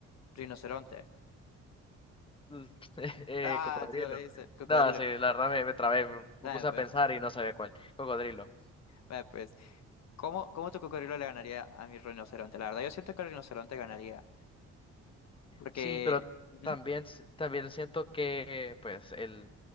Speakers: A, on the left; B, on the left.
A: rinoceronte.
B: <laughs> Eh,
A: Ah,
B: cocodrilo.
A: tú no lo dices, cocodrilo.
B: No, sí, la verdad me, me trabé, me,
A: Vaya,
B: me puse
A: pues,
B: a pensar y no sabía cuál. Cocodrilo.
A: vaya, pues. ¿Cómo, cómo tu cocodrilo le ganaría a mi rinoceronte? La verdad, yo siento que el rinoceronte ganaría. Porque.
B: Sí, pero
A: Ujú.
B: también, s- también siento que pues el